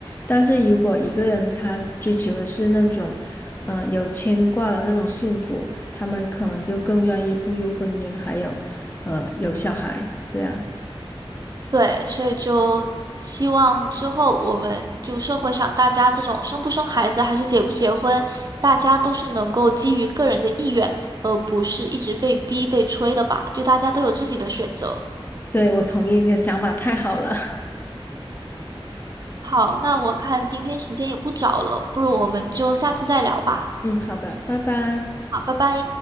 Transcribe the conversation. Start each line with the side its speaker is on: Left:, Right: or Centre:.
Left: 但是如果一个人他追求的是那种，呃，有牵挂的那种幸福，他们可能就更愿意步入婚姻，还有。呃有小孩这样。
Right: 对，所以就希望之后我们就社会上大家这种生不生孩子还是结不结婚，大家都是能够基于个人的意愿，而不是一直被逼被催的吧，就大家都有自己的选择。
Left: 对，我同意你的想法，太好了。
Right: 好，那我看今天时间也不早了，不如我们就下次再聊吧。
Left: <laughs> 嗯，好的，拜拜。
Right: 好，拜拜。